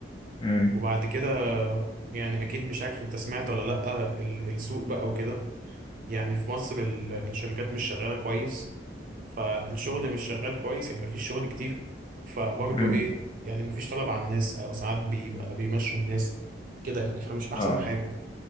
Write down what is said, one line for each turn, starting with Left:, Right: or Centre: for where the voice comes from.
Left: امم
Right: وبعد كده يعني اكيد مش عارف انت سمعت ولا لأ ال- السوق بقى وكده يعني في مصر ال- الشركات مش شغالة كويس فالشغل مش شغال كويس يعني مفيش شغل كتير فبرضه
Left: امم
Right: ايه يعني مفيش طلب على الناس او ساعات بيبقى بيمشوا الناس كده يعني فمش احسن
Left: اه
Right: حاجة